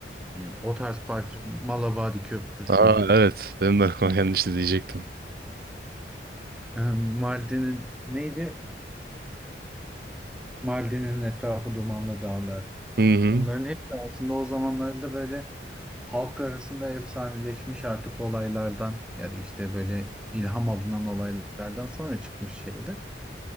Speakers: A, in the centre; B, on the right.
A: hani o tarz parça Malabadi Köprüsü,
B: Aa evet. Benim de aklıma gelmişti diyecektim.
A: e, Mardin'in neydi? Mardin'in etrafı dumanlı dağlar.
B: Hı hı.
A: Bunların hepsi aslında o zamanlarda böyle halk arasında efsaneleşmiş artık olaylardan ya da işte böyle ilham alınan olaylardan sonra çıkmış şeyler.